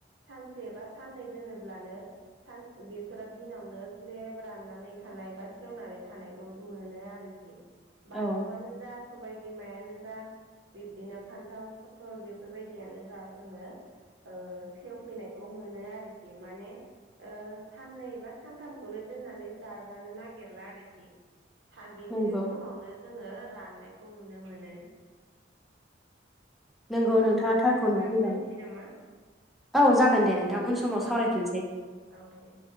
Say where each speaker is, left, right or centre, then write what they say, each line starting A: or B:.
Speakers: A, on the right; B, in the centre.
A: सानसे एबा साननै दोनोब्लानो सान बेफोर दिनावनो ग्लेब राननानै थानाय बा सेवनानै थानायखौ मोनो आरो।
B: औ
A: बानलुवानो जास सबाय बिमायानो जा बिब्दिनो फान्थाव फथल बेफोरबायदियानो जा जोङो ओ सेवफैनायखौ मोनो आरोखि माने ओ साननै बा सानथामखौनो दोननानै जाजानो नागिरला आरोखि। साबेसे
B: नंगौ
A: समावनो जोङो राननायखौ नुनो मोनो।
B: नोंगौ
A: औ
B: नोंथाङा
A: बिदिब्ला
B: थारखौनो
A: नोंथां
B: बुंदों।
A: दोनसै नामा
B: औ जागोन दे नोंथां उन समाव सावरायफिनसै।
A: औ औ दे।